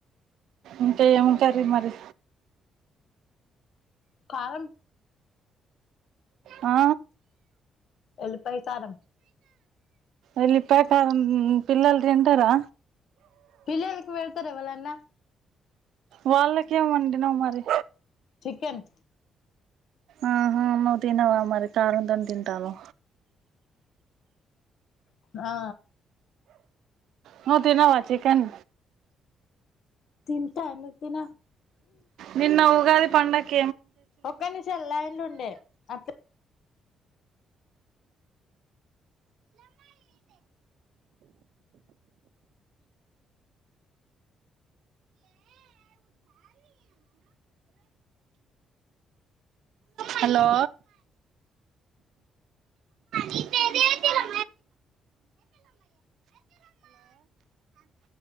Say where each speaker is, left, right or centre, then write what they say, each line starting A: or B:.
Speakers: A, on the right; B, on the left.
A: ఇంకా ఏం కర్రీ మరి
B: కారం
A: ఆ
B: ఎల్లిపాయ కారం
A: ఎల్లిపాయ కారం పిల్లల తింటారా
B: పిల్లలకి పెడతారా ఎవరన్న
A: వాళ్ళకేం వండినావు మరి
B: చికెన్
A: ఆహా నువ్వు తినవా మరి కారం తోనే తింటావా
B: ఆ
A: నువ్వు తినవా చికెన్
B: తింటా ఎందుకు తిన
A: నిన్న ఉగాది పండకి
B: ఒక్క నిమిషం లైన్ లో ఉండే అట్
A: హలో హలో